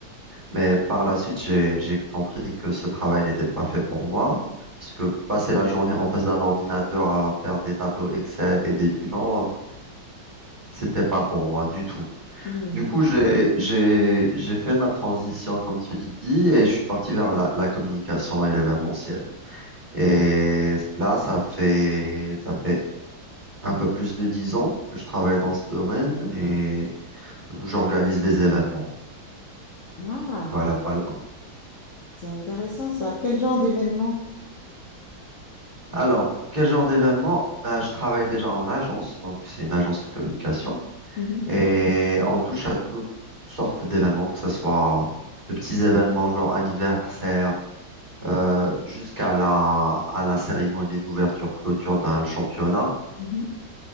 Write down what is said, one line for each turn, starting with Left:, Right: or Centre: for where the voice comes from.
Right: Mais par la suite, j'ai, j'ai compris que ce travail n'était pas fait pour moi, parce que passer la journée en face d'un ordinateur à faire des tableaux Excel et des bilans, c'était pas pour moi du tout.
Left: Mhm.
Right: Du coup, j'ai, j'ai, j'ai fait ma transition, comme tu dis, et je suis parti vers la, la communication et l'événementiel. Et là, ça fait, ça fait un peu plus de dix ans que je travaille dans ce domaine et où j'organise des événements.
Left: Ah,
Right: Voilà, voilà.
Left: c'est intéressant ça. Quel genre d'événement?
Right: Alors, quel genre d'événement? Ben, je travaille déjà en agence, donc c'est une agence de communication.
Left: Mhm.
Right: Et on touche à toutes sortes d'événements, que ce soit de petits événements genre anniversaire, euh, jusqu'à la, à la cérémonie d'ouverture-clôture d'un championnat.
Left: Mhm.